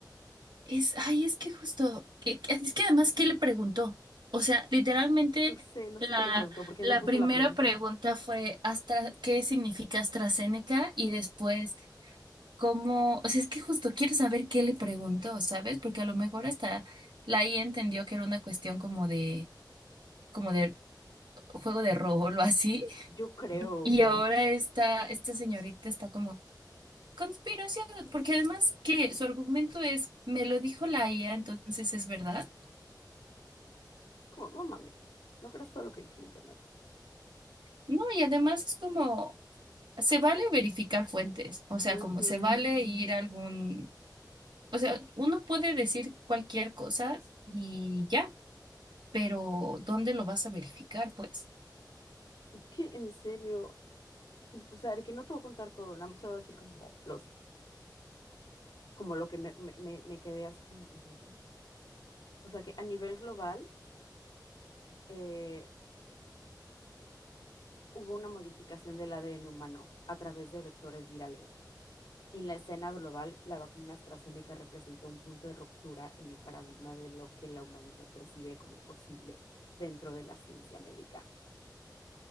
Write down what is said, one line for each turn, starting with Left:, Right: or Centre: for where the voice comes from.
Right: es, ay, es que justo, que- que- es que además, ¿qué le preguntó? O sea, literalmente
Left: yo sé, no
Right: la,
Left: sé qué le preguntó, porque
Right: la
Left: no puso
Right: primera
Left: la pregunta.
Right: pregunta fue Astra, ¿qué significa AstraZeneca? Y después, ¿cómo? O sea, es que justo quiero saber qué le preguntó, ¿sabes? Porque a lo mejor hasta la I A entendió que era una cuestión como de como de Juego de Rol o así.
Left: Yo creo,
Right: Y
Left: güey.
Right: ahora esta, esta señorita está como, conspiración, porque además que su argumento es, me lo dijo la IA, entonces es verdad.
Left: Es como, no mames, no creas todo lo que dice el internet.
Right: No, y además es como, se vale verificar fuentes, o sea,
Left: Ujú.
Right: como se vale ir a algún, o sea, uno puede decir cualquier cosa y ya, pero ¿dónde lo vas a verificar, pues?
Left: Es que en serio, o sea, de que no te voy a contar todo, nada más te voy a decir como los, como lo que me, me, me me quedé así como, es neta. O sea que a nivel global eh, hubo una modificación del ADN humano a través de vectores virales. Y en la escena global, la vacuna AstraZeneca representó un punto de ruptura en el paradigma de lo que la humanidad percibe como posible dentro de la ciencia médica.